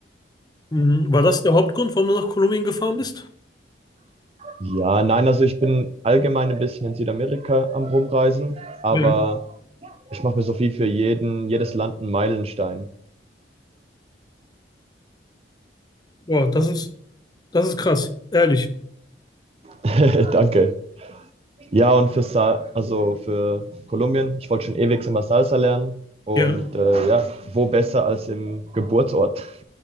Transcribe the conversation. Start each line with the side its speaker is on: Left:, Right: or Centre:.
Left: Mhm. War das der Hauptgrund, warum du nach Kolumbien gefahren bist?
Right: Ja, nein, also ich bin allgemein ein bisschen in Südamerika am Rumreisen, aber
Left: Ja.
Right: ich mache mir so viel für jeden, jedes Land einen Meilenstein.
Left: Boah, das ist, das ist krass. Ehrlich.
Right: <laughs> Danke. Ja, und für, Sa also für Kolumbien, ich wollte schon ewig immer Salsa lernen. Und
Left: Ja,
Right: äh, ja, wo besser als im Geburtsort?